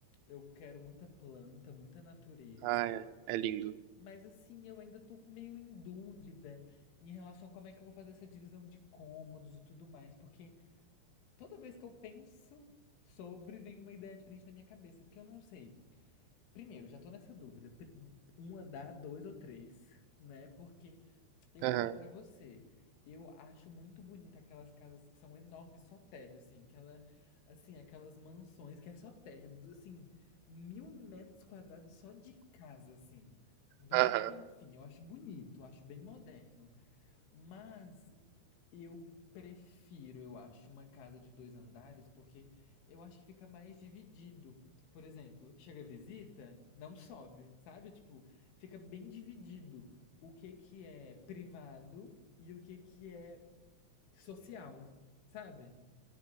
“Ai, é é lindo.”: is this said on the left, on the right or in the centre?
Right